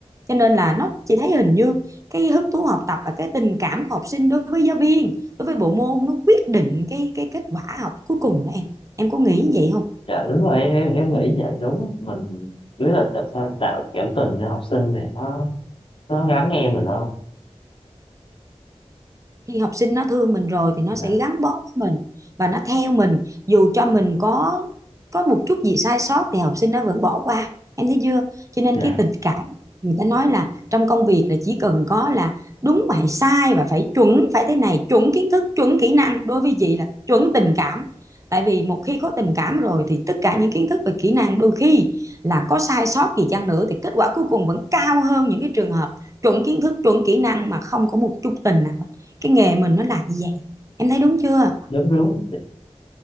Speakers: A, on the right; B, on the left.
A: cho nên là nó chị thấy hình như cái hứng thú học tập và cái tình cảm của học sinh đối với giáo viên đối với bộ môn nó quyết định cái cái kết quả học cuối cùng đó em em có nghĩ vậy không
B: dạ đúng rồi em em em nghĩ vậy đúng mình biết là tại sao tạo cảm tình cho học sinh thì nó nó lắng nghe mình hơn
A: khi học sinh nó thương mình rồi thì nó
B: dạ
A: sẽ gắn bó với mình và nó theo mình dù cho mình có có một chút gì sai sót thì học sinh nó vẫn bỏ qua em thấy chưa cho nên
B: dạ
A: cái tình cảm người ta nói là trong công việc là chỉ cần có là đúng và hay sai và phải chuẩn phải thế này chuẩn kiến thức chuẩn kỹ năng đối với chị là chuẩn tình cảm tại vì một khi có tình cảm rồi thì tất cả những kiến thức và kỹ năng đôi khi là có sai sót gì chăng nữa thì kết quả cuối cùng vẫn cao hơn những cái trường hợp chuẩn kiến thức chuẩn kỹ năng mà không có một chút tình nào cái nghề mình nó là như vậy em thấy đúng chưa
B: dạ đúng đúng